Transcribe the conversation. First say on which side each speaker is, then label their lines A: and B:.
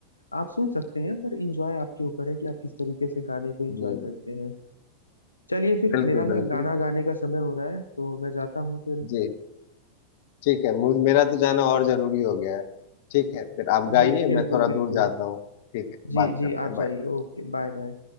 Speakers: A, on the left; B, on the left.
A: आप सुन सकते हैं पर इंजॉय आपके ऊपर है कि आप किस तरीके से गाने को इंजॉय
B: जी
A: करते
B: जी
A: हैं चलिए फिर
B: बिल्कुल
A: मेरा ना
B: बिल्कुल
A: गाना गाने का समय हो रहा है तो मैं जाता हूँ फिर
B: जी ठीक है मुझ मेरा तो जाना और जरूरी हो गया है ठीक है फिर आप गाइए
A: जी बिल्कुल
B: मैं थोड़ा
A: बिल्कुल
B: दूर जाता हूँ ठीक है
A: जी
B: बात
A: जी
B: करते
A: आप
B: हैं बाय
A: जाइए ओके बाय बाय